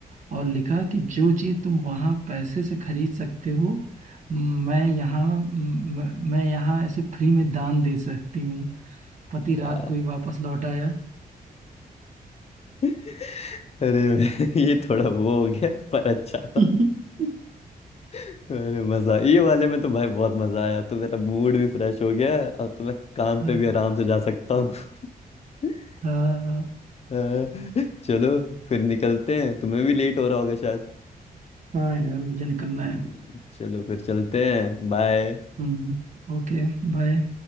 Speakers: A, on the right; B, on the left.
A: और लिखा कि जो चीज़ तुम वहाँ पैसे से खरीद सकते हो मैं यहाँ म- मैं मैं यहाँ ऐसे फ्री में दान दे सकती हूँ पति
B: क्या
A: रात को ही वापस लौट आया
B: <laughs> अरे <laughs> ये थोड़ा वो हो गया पर अच्छा
A: <laughs>
B: था अरे मजा ये वाले में तो भाई बहुत मजा आया तो मेरा मूड भी फ्रेश हो गया है, अब तो मैं काम पे
A: हाँ
B: भी आराम से जा सकता हूँ <laughs>
A: हाँ,
B: अ, चलो फिर निकलते हैं तुम्हें भी लेट हो रहा होगा शायद
A: यार मुझे निकलना
B: हम्म,
A: है
B: चलो फिर चलते हैं बाय
A: हम्म, ओके बाय